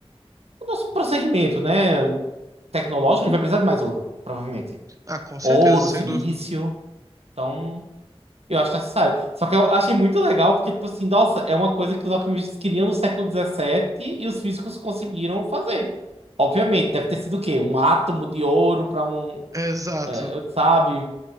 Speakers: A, on the right (about 80°); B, on the right (about 35°).
A: o nosso prosseguimento, né, tecnológico, a gente vai precisar de mais ouro, provavelmente.
B: Ah, com certeza,
A: Ouro,
B: sem
A: silício.
B: dúvida.
A: Então, eu acho necessário. Só que eu achei muito legal porque, tipo assim, nossa, é uma coisa que os alquimistas queriam no século dezessete e os físicos conseguiram fazer. Obviamente, deve ter sido o quê? Um átomo de ouro para um,
B: Exato.
A: é, sabe,